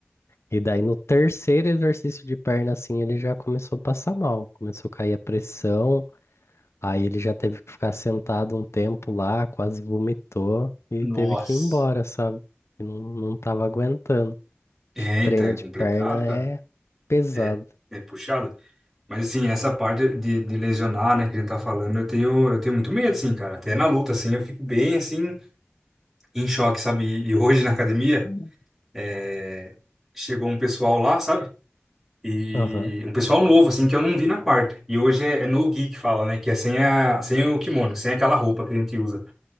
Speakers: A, on the left; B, in the centre.
A: E daí no terceiro exercício de perna, assim, ele já começou a passar mal, começou a cair a pressão. Aí ele já teve que ficar sentado um tempo lá, quase vomitou e
B: Nossa.
A: teve que ir embora, sabe? E Não, não tava aguentando.
B: É,
A: Acho que treino
B: então é complicado,
A: de perna
B: cara.
A: é pesado.
B: É, é puxado. Mas assim, essa parte de, de lesionar, né, que a gente tá falando, eu tenho, eu tenho muito medo, assim, cara. Até na luta, assim, eu fico bem, assim, em choque, sabe? E hoje <laughs> na academia,
A: Hum.
B: é, chegou um pessoal lá, sabe? E
A: Aham.
B: um pessoal novo, assim, que eu não vi na quarta. E hoje é, é no gi que fala, né? Que é sem, a, sem o kimono, sem aquela roupa que a gente usa.